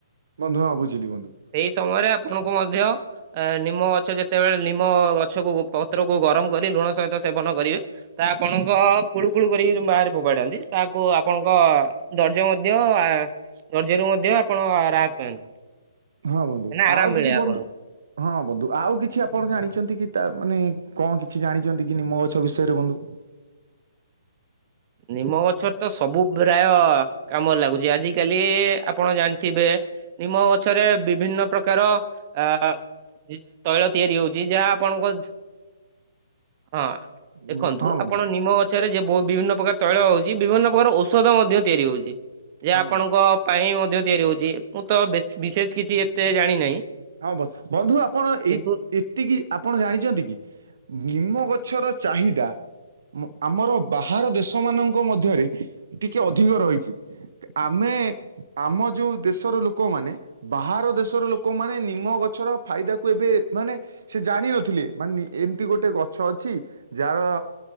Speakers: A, on the right; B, on the right.
A: ବନ୍ଧୁ ହଁ ବୁଝିଲି ବନ୍ଧୁ।
B: ସେଇ ସମୟରେ ଆପଣଙ୍କୁ ମଧ୍ୟ ଏ ନିମ ଗଛ ଯେତେବେଳେ ନିମ ଗଛକୁ ପତ୍ରକୁ ଗରମ କରି ଲୁଣ ସହିତ ସେବନ କରିବେ। ତା ଆପଣଙ୍କ କୁଳୁ କୁଳୁ କରିକି ଯୋଉ ବାହାରେ ଫୋପାଡନ୍ତି ତାହାକୁ ଆପଣଙ୍କ ଦର୍ଜ ମଧ୍ୟ ଆ ଦର୍ଜରୁ ମଧ୍ୟ ଆପଣ ରାହତ ପାଆନ୍ତି।
A: ହଁ ବନ୍ଧୁ
B: ମାନେ ଆରାମ
A: ଆଉ କିଛି
B: ମିଳେ
A: ବନ୍ଧୁ
B: ଆପଣଙ୍କୁ।
A: ହଁ ବନ୍ଧୁ ଆଉ କିଛି ଆପଣ ଜାଣିଚନ୍ତି କି ତା ମାନେ କଣ କିଛି ଜାଣିଚନ୍ତି କି ନିମ ଗଛ ବିଷୟରେ ବନ୍ଧୁ?
B: ନିମ ଗଛର ତ ସବୁ ପ୍ରାୟ କାମରେ ଲାଗୁଛି ଆଜି କାଲି ଆପଣ ଜାଣିଥିବେ ନିମ ଗଛରେ ବିଭିନ୍ନ ପ୍ରକାର ଆ <unintelligible> ତୈଳ ତିଆରି ହଉଚି ଯାହା ଆପଣଙ୍କ ହଁ
A: ଉଁ,
B: ଦେଖନ୍ତୁ
A: ହଁ ବନ୍ଧୁ
B: ଆପଣ ନିମ ଛେରେ ଯେ ବ ବିଭିନ୍ନ ପ୍ରକାର ତୈଳ ହଉଚି ବିଭିନ୍ନ ପ୍ରକାର ଔଷଧ ମଧ୍ୟ ତିଆରି ହଉଚି ଯେ
A: ହଁ
B: ଆପଣଙ୍କ
A: ବନ୍ଧୁ
B: ପାଇଁ ମଧ୍ୟ ତିଆରି ହଉଚି ମୁଁ ତ ବେ ବିଶେଷ କିଛି ଏତେ ଜାଣିନାହିଁ।
A: ହଁ ବ ବନ୍ଧୁ ଆପଣ
B: କିନ୍ତୁ
A: ଏଇ ଏ ତିକି ଆପଣ ଜାଣିଚନ୍ତି କି ନିମ ଗଛର ଚାହିଦା ମ ଆମର ବାହାର ଦେଶମାନଙ୍କ ମଧ୍ୟରେ ଟିକେ ଅଧିକ ରହିଚି। ଆମେ ଆମ ଯୋଉ ଦେଶର ଲୋକମାନେ ବାହାର ଦେଶର ଲୋକ ମାନେ ନିମ ଗଛର ଫାଇଦାକୁ ଏବେ ମାନେ ସେ ଜାଣିନଥିଲେ ମାନେ ଏମତି ଗୋଟେ ଗଛ ଅଛି। ଯାର